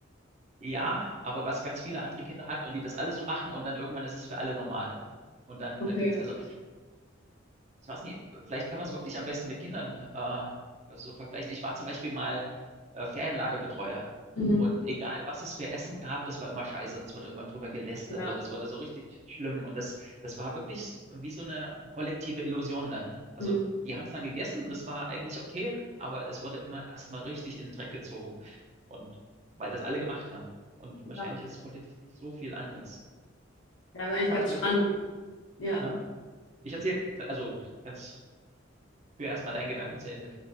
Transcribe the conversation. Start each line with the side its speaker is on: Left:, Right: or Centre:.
Right: Ja, aber was ganz viele andere Kinder hat und die das alle so machen und dann irgendwann ist es für alle normal. Und dann,
Left: Okay.
Right: dann gibt's also ich weiß nicht, vielleicht kann man es wirklich am besten mit Kindern äh, so vergleichen. Ich war zum Beispiel mal äh, Ferienlagerbetreuer.
Left: Mhm.
Right: Und egal, was es für Essen gab, das war immer scheiße und es wurde immer drüber gelästert
Left: Ja.
Right: und das wurde so richtig schlimm. Und das, das war wirklich s- wie so eine kollektive Illusion dann. Also
Left: Mhm.
Right: die haben es dann gegessen, das war eigentlich okay, aber es wurde immer erstmal richtig in den Dreck gezogen. Und weil das alle gemacht haben. Und wahrscheinlich
Left: Ja.
Right: ist es politisch nicht so viel anders.
Left: Ja, ist eigentlich
Right: Ich
Left: ganz
Right: habe zum Beispiel
Left: spannend.
Right: auch,
Left: Ja.
Right: ne? Ich erzähle, also ganz Führ erstmal deinen Gedanken zu Ende.